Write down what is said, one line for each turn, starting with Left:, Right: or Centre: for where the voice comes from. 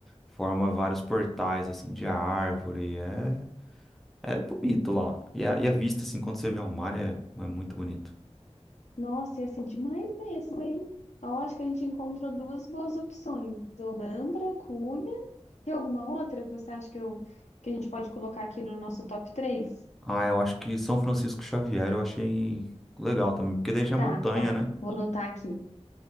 Centre: forma vários portais assim de árvore, é é bonito lá. E a, e a vista assim quando você vê o mar é, é muito bonito.
Left: Nossa, ia ser demais mesmo, hein? Eu acho que a gente encontrou duas boas opções: Olambra, Cunha. Tem alguma outra que você acha que, eu, que a gente pode colocar aqui no nosso top três
Centre: Ah, eu acho que São Francisco Xavier eu achei legal também, porque daí já
Left: Tá,
Centre: é montanha,
Left: tá.
Centre: né?
Left: Vou anotar aqui.